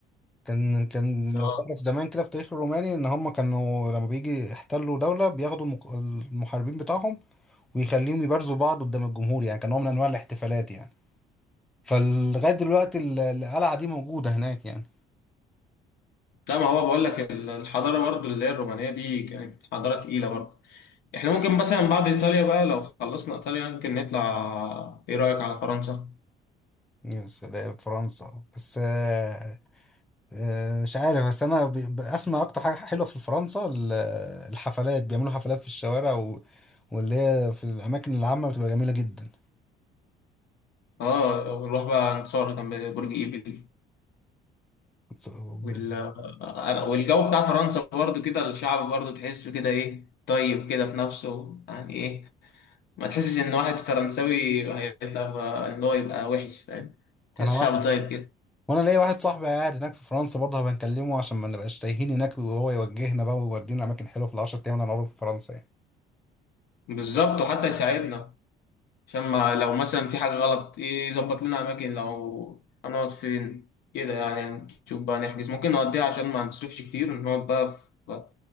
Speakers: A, in the centre; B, on the left (about 70°).
A: كان كان
B: اه
A: لو تعرف زمان كده في التاريخ الروماني ان هم كانوا لما بيجي يحتلوا دوله بياخدوا المق- المحاربين بتاعهم ويخليهم يبارزوا بعض قدام الجمهور يعني كان نوع من انواع الاحتفالات يعني فلغايه دلوقتي ال- القلعه دي موجوده هناك يعني
B: لا ما هو بقول لك ال- الحضارة برضو اللي هي الرومانية دي كانت حضارة تقيلة برضو احنا ممكن مثلا بعد إيطاليا بقى لو خلصنا إيطاليا ممكن نطلع إيه رأيك على فرنسا؟
A: يا سلام فرنسا بس آه، آه، مش عارف بس انا ب- بسمع اكتر حاجه حلوه في فرنسا ال- الحفلات بيعملوا حفلات في الشوارع و... واللي هي في الاماكن العامه بتبقى جميله جدا
B: اه ونروح بقى نتصور جنب برج إيفل
A: بس- وب-
B: وال... آه، والجو بتاع فرنسا برضو كده الشعب برضو تحسه كده إيه طيب كده في نفسه يعني إيه ما تحسش ان واحد فرنساوي هيبقى ان هو يبقى وحش فاهم تحس
A: انا واحد
B: شعب طيب كده
A: وانا ليا واحد صاحبي قاعد هناك في فرنسا برضه هبقى نكلمه عشان ما نبقاش تايهين هناك وهو يوجهنا بقى ويودينا اماكن حلوه في العشر ايام اللي هنقعدهم في فرنسا يعني
B: بالظبط وحتى يساعدنا عشان ما لو مثلا في حاجة غلط يظبط لنا اماكن لو هنقعد فين كده يعني نشوف بقى نحجز ممكن نوديها عشان ما نصرفش كتير نقعد بقى في